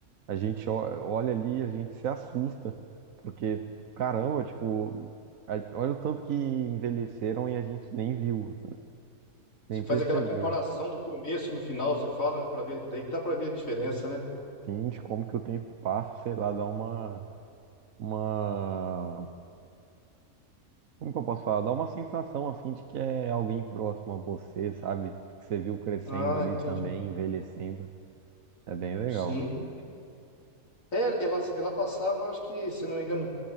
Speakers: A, on the right; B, on the left.
A: A gente ó- olha ali, a gente se assusta, porque caramba, tipo, a- olha o tanto que envelheceram e a gente nem viu, nem
B: você
A: percebeu.
B: faz aquela comparação do começo no final, você fala, né, para ver, daí dá pra ver a diferença, né?
A: Entende como que o tempo passa, sei lá, dá uma, uma, como que eu posso falar? Dá uma sensação assim de que é alguém próximo a você, sabe? Que você viu crescendo
B: Ah,
A: ali
B: entendi.
A: também, envelhecendo. É bem legal.
B: Sim. É, ela, ela passava, acho que, se não me engano,